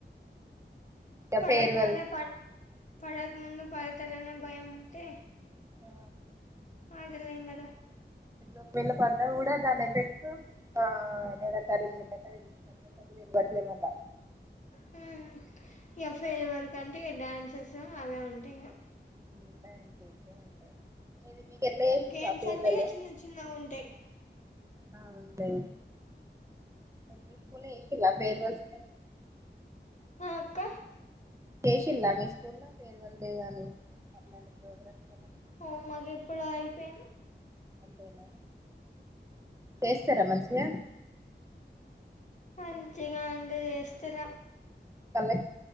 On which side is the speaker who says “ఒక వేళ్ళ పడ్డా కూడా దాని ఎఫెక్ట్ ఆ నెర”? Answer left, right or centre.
Right